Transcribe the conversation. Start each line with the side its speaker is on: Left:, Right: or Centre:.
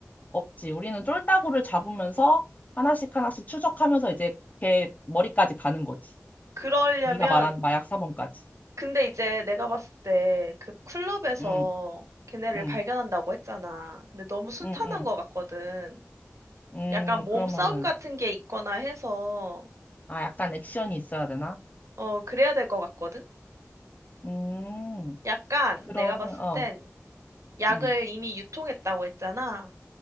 Left: 없지. 우리는 쫄따구를 잡으면서 하나씩 하나씩 추적하면서 이제 걔 머리까지 가는 거지.
Right: 그러려면
Left: 네가 말한 마약 사범까지.
Right: 근데 이제 내가 봤을 때 그 클럽에서
Left: 응,
Right: 걔네를
Left: 응,
Right: 발견한다고 했잖아. 근데 너무 순탄한
Left: 응, 응.
Right: 것 같거든.
Left: 음,
Right: 약간 몸싸움
Left: 그러면은,
Right: 같은 게 있거나 해서
Left: 아, 약간 액션이 있어야 되나?
Right: 어, 그래야 될 것 같거든?
Left: 음,
Right: 약간
Left: 그러면,
Right: 내가 봤을
Left: 어,
Right: 땐 약을
Left: 응,
Right: 이미 유통했다고 했잖아.